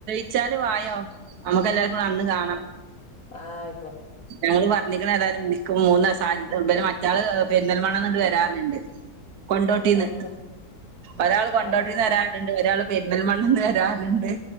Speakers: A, on the right (about 75°); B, on the left (about 60°).
A: ഉച്ചാല് വായോ നമ്മുക്ക് എല്ലാവർക്ക കൂടി അന്ന് കാണാം.
B: ആ
A: ഞങ്ങള്. പറഞ്ഞിക്കണ്ഏായാലും മൂന്ന്സം. <unintelligible> മറ്റാള് പെന്തൽമണെന്ന്, വരാർന്നു. കൊണ്ടോട്ടീന്ന്
B: ആയിക്കോ
A: ഒരാൾ കൊണ്ടോട്ടീന്ന്
B: ആയിക്കോട്ടെ
A: വരാറുണ്ട് ഒരാൾ പെരീന്തമൽമണ്ണിൽ നിന്ന് വരാ ണ്ട്